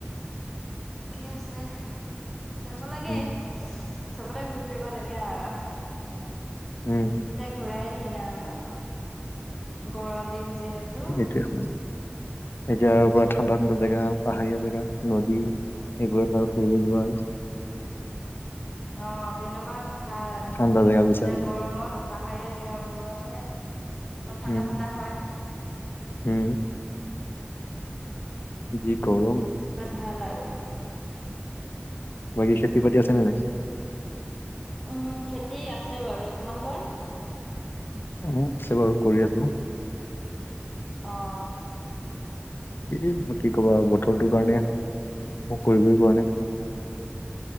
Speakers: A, in the centre; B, on the left.
A: ঠিকে আছে হ', যাব লাগে,
B: উম
A: চবতে ঘূৰি ফুৰিব লাগে আৰু',
B: উম',
A: এতিয়া ঘূৰাই দিন আৰু, গৰম দিন যিহেতু',
B: উম', এতিয়াৰ পৰা ঠাণ্ডা-ঠাণ্ডা জেগা, পাহাৰীয়া জেগা, নদী', এইবোৰতো আৰু ফুৰি যোৱা হ'লে',
A: অ', তেনেকুৱাত ভাল, এতিয়া
B: ঠাণ্ডা জেগা বিচাৰি
A: গৰমত', পাহাৰীয়া জেগাবোৰতহে', অলপ ঠাণ্ডা
B: উম',
A: ঠাণ্ডা হয়
B: - উম', যি‌ গৰম',
A: বতৰ ভাল আৰু',
B: বাকী, খেতিপাতি আছে নে নাই?
A: উম। খেতি আছে বাৰু তোমালোকৰ?
B: অ আছে বাৰু কৰি আছোঁ।
A: অহ।
B: এই, মোক কি ক'বা আৰু বতৰটো কাৰণে, মোক কৰিবই পৰা নাই',